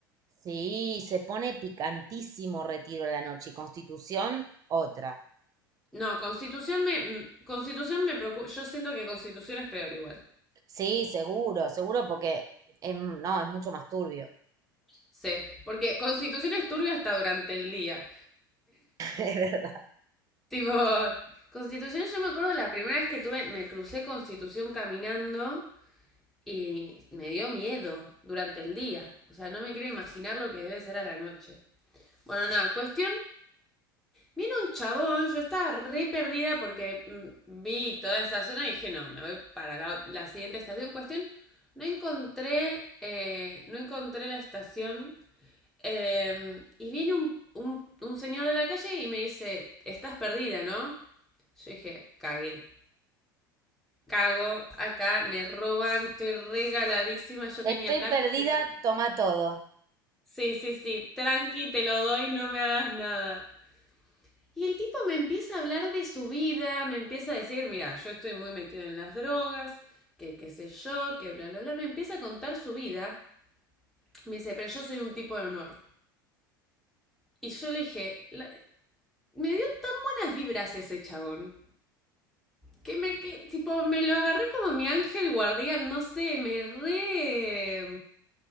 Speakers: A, on the right; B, in the centre.
A: Sí, se pone picantísimo Retiro a la noche y Constitución otra.
B: No, Constitución me. Constitución me preocupa. Yo siento que Constitución es peor igual.
A: Sí, seguro, seguro porque es- no, es mucho más turbio.
B: Sí. Porque Constitución es turbia hasta durante el día.
A: <laughs> Es verdad.
B: Tipo. Constitución, yo me acuerdo la primera vez que tuve. Me crucé Constitución caminando. Y me dio miedo durante el día. O sea, no me quiero imaginar lo que debe ser a la noche. Bueno, nada, cuestión. Viene un chabón, yo estaba re perdida porque mm, vi toda esa zona y dije, no, me voy para la, la siguiente estación. Cuestión, no encontré, eh, no encontré la estación. eh, y viene un, un, un señor de la calle y me dice, estás perdida, ¿no? Yo dije, cagué. Cago, acá me roban, estoy regaladísima. Yo
A: Estoy
B: tenía la
A: perdida,
B: computadora.
A: toma todo.
B: Sí, sí, sí, tranqui, te lo doy, no me hagas nada. Y el tipo me empieza a hablar de su vida, me empieza a decir, mira, yo estoy muy metido en las drogas, que qué sé yo, que bla, bla, bla, me empieza a contar su vida. Me dice, pero yo soy un tipo de honor. Y yo le dije, la- me dio tan buenas vibras ese chabón, que me, que, tipo, me lo agarré como mi ángel guardián, no sé, me re...